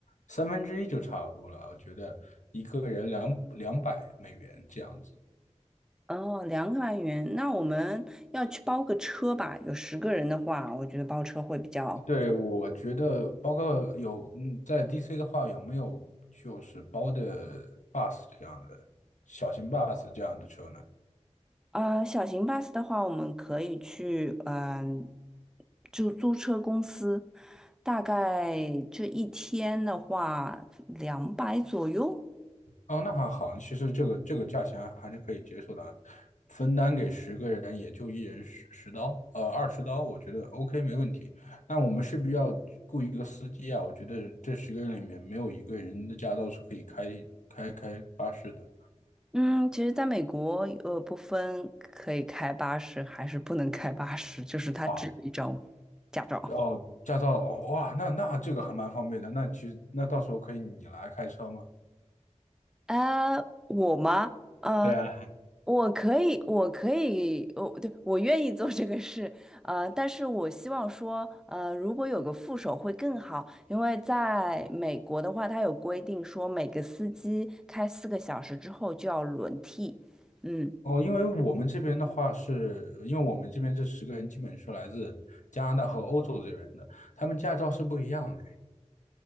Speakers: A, on the left; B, in the centre.
A: 三分之一就差不多了。我觉得一个人两两百美元这样子。
B: 哦，两百元，那我们要去包个车吧？有十个人的话，我觉得包车会比较。
A: 对，我觉得包括有嗯在 DC 的话，有没有就是包的 bus 这样的小型 bus 这样的车呢？
B: 啊、小型 bus 的话，我们可以去，嗯、就租车公司，大概这一天的话，两百左右。
A: 哦，那还好，其实这个这个价钱还还是可以接受的，分担给十个人也就一人十十刀，呃，二十刀，我觉得 OK 没问题。那我们是不是要雇一个司机啊？我觉得这十个人里面没有一个人的驾照是可以开开开巴士的。
B: 嗯，其实在美国，呃，不分可以开八十还是不能开八十，就是它只有一张
A: 啊，
B: 驾照。
A: 哦，驾照，哦哇，那那这个还蛮方便的。那其实那到时候可以你来开车吗？
B: 呃，我吗？呃，
A: 对啊，
B: 我可以，我可以，我对，我愿意做这个事，呃，但是我希望说，呃，如果有个副手会更好，因为在美国的话，他有规定说每个司机开四个小时之后就要轮替，嗯，
A: 哦，因为我们这边的话是，因为我们这边这十个人基本是来自加拿大和欧洲这边的，他们驾照是不一样的。